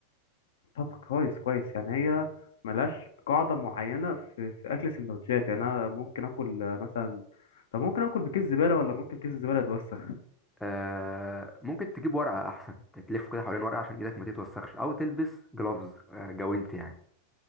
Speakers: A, on the left; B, in the centre.
A: طب كويس كويس يعني هي ملهاش قاعدة معينة في, في اكل السندوتشات يعني انا ممكن اكل آه، مثلا طب ممكن اكل بكيس زبالة ولا ممكن كيس الزبالة يتوسخ
B: آه ممكن تجيب ورقة أحسن تلف كده حوالين ورقة عشان إيدك ما تتوسخش أو تلبس جلوفز آه جوانت يعني